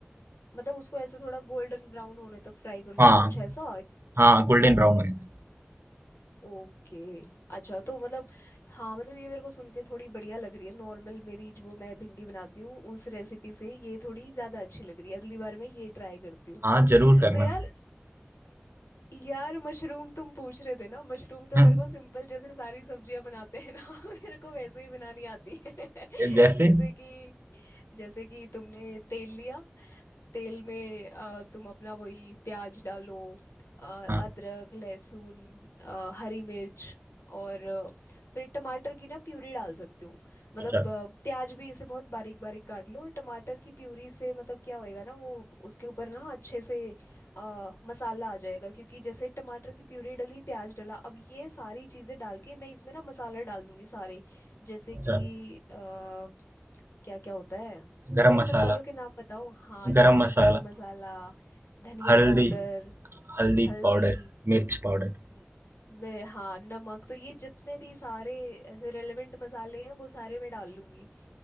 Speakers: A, on the left (about 85°); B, on the right (about 65°).
A: मतलब उसको ऐसे थोड़ा गोल्डन ब्राउन होने तक फ्राई कर लो
B: है हाँ
A: कुछ ऐसा
B: हाँ गोल्डन ब्राउन हो जाता है
A: ओके अच्छा तो मतलब हाँ मतलब ये मेरे को सुन के थोड़ी बढ़िया लग रही है नॉर्मल मेरी जो मैं भिंडी बनाती हूँ उस रेसिपी से ये थोड़ी ज़्यादा अच्छी लग रही है अगली बार मैं ये ट्राई करती हूँ
B: हाँ जरूर करना
A: तो यार यार मशरूम तुम पूछ रहे थे ना मशरूम तो
B: हम्म
A: मेरे को सिंपल जैसे सारी सब्जियां बनाते हैं ना <laughs> मेरे को वैसे ही बनानी आती है <laughs>
B: जैसे
A: जैसे कि जैसे कि तुमने तेल लिया तेल में अ, तुम अपना वही प्याज डालो अ,
B: हाँ
A: अदरक लहसुन अ, हरी मिर्च और अ, फिर टमाटर की ना प्यूरी डाल सकते हो मतलब
B: अच्छा
A: अ, प्याज भी इसे बहुत बारीक बारीक काट लो और टमाटर की प्यूरी से मतलब क्या होएगा ना वो उसके ऊपर ना अच्छे से अ, मसाला आ जाएगा क्योंकि जैसे टमाटर की प्यूरी डली प्याज डला अब ये सारी चीज़ें डाल के मैं इसमें ना मसाला डाल दूंगी सारे जैसे
B: अच्छा
A: कि अ, क्या क्या होता है
B: गरम
A: यार
B: मसाला
A: मसालों के नाम बताओ हाँ जैसे
B: गरम
A: कि
B: मसाला
A: गरम मसाला धनिया
B: हल्दी
A: पाउडर
B: हल्दी
A: हल्दी
B: पाउडर मिर्च पाउडर
A: न- मैं हाँ नमक तो ये जितने भी सारे ऐसे रेलेवेंट मसाले हैं वो सारे मैं डाल लूँगी